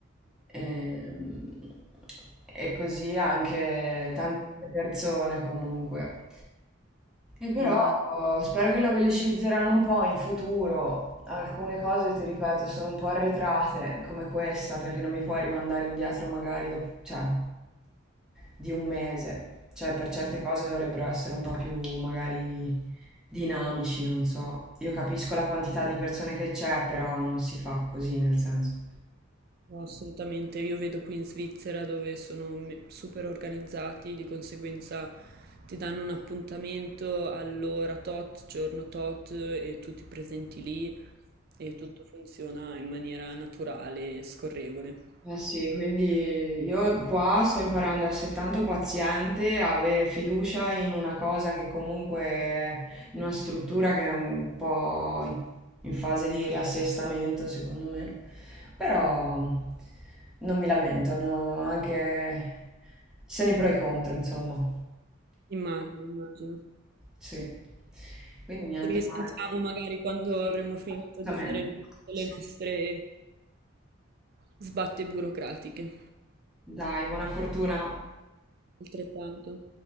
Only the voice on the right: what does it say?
immagino.
No, assolutamente, io vedo qui in Svizzera dove sono me- super organizzati, di conseguenza ti danno un appuntamento all'ora tot, giorno tot e tu ti presenti lì e tutto funziona in maniera naturale e scorrevole.
Immagino, immagino.
Ci risentiamo
magari quando
avremo finito
di fare tutte
le nostre sbatte burocratiche.
Altrettanto.